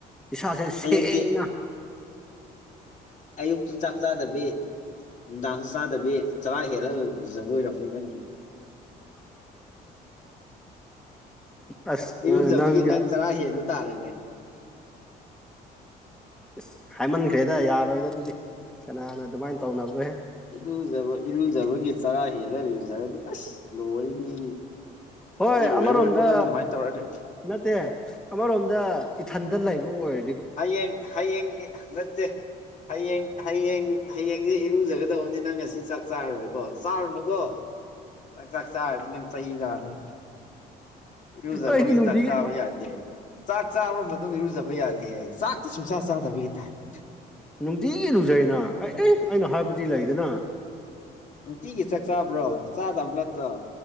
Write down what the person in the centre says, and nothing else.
ꯏꯁꯥꯁꯦ ꯁꯦꯡꯅ
<inaudible> ꯑꯁ
ꯑ ꯅꯪ
ꯑꯁ ꯍꯥꯏꯃꯟꯈ꯭ꯔꯦꯗ ꯌꯥꯔꯣꯏꯗ ꯑꯗꯨꯗꯤ ꯀꯅꯥꯅ ꯑꯗꯨꯃꯥꯏꯅ ꯇꯧꯅꯕ꯭ꯔꯍꯦ
ꯍꯣꯏ
ꯑꯃꯔꯣꯝꯗ
ꯅꯠꯇꯦ ꯑꯃꯔꯣꯝꯗ ꯏꯊꯟꯗ ꯂꯩꯕ ꯑꯣꯏꯔꯦ
ꯑꯩꯗꯤ ꯅꯨꯡꯇꯤꯒꯤ
ꯅꯨꯡꯇꯤꯒꯤ ꯂꯨꯖꯩꯅ ꯑꯦ ꯑꯦ ꯑꯩꯅ ꯍꯥꯏꯕꯨꯗꯤ ꯂꯩꯗꯅ